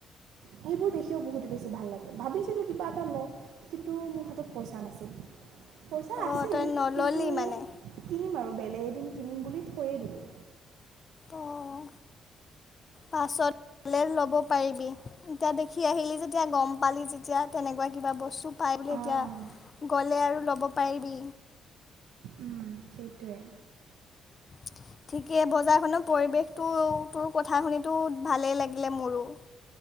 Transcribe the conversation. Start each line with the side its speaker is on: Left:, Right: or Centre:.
Right: সেইবোৰ কিয় বহুত বেছি ভাল লাগিল, ভাবিছিলোঁ কিবা এটা লওঁ, কিন্তু মোৰ হাতত পইচা নাছিল। পইচা
Left: অ'
Right: আছিল,
Left: তই নল'লি
Right: কিন্তু
Left: মানে?
Right: কিনিম আৰু, বেলেগ এদিন কিনিম বুলি থৈয়েই দিলোঁ।
Left: অ', পাছত ল'ব পাৰিবি, এতিয়া দেখি আহিলি যেতিয়া গম পালি যেতিয়া, তেনেকুৱা কিবা বস্তু পায় বুলি এতিয়া,
Right: অঁ
Left: গ'লে আৰু ল'ব পাৰিবি।
Right: উম, সেইটোৱেই।
Left: <inaudible> ঠিকেই, বজাৰখনৰ পৰিৱেশটোৰ কথা শুনিতো, ভালেই লাগিলে মোৰো।